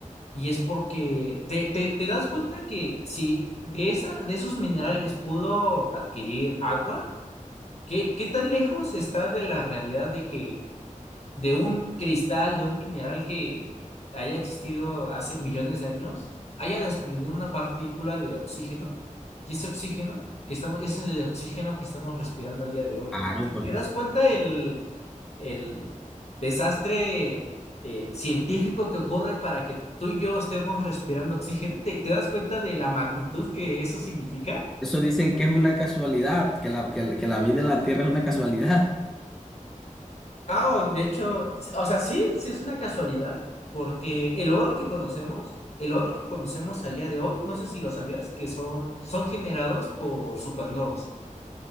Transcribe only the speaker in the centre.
Claro,
por
supuesto.
Eso dicen que es una casualidad, que la, que, la que la vida en la Tierra es una casualidad.